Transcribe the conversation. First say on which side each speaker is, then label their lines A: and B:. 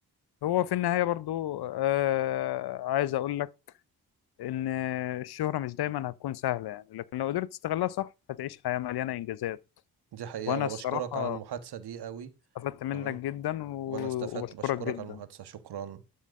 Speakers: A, on the left; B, on the right.
A: هو في النهاية برضو آه، عايز اقول لك ان الشهرة مش دايما هتكون سهلة يعني لكن لو قدرت تستغلها صح هتعيش حياة مليانة انجازات
B: دي حقيقه
A: وانا
B: انا
A: الصراحة
B: بشكرك على المحادثه دي قوي
A: استفدت منك
B: تمام
A: جدا و-
B: وانا استفدت
A: وبشكرك
B: بشكرك
A: جدا
B: على المحادثه شكرا